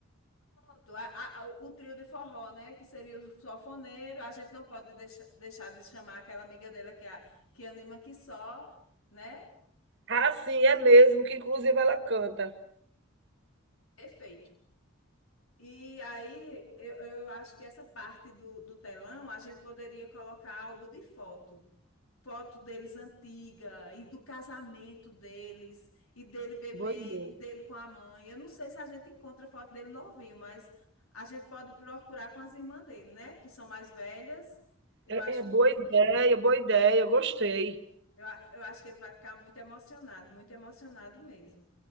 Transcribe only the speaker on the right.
Ah, sim, é mesmo, que inclusive ela canta.
Boa ideia.
É,
é boa ideia, boa ideia, gostei.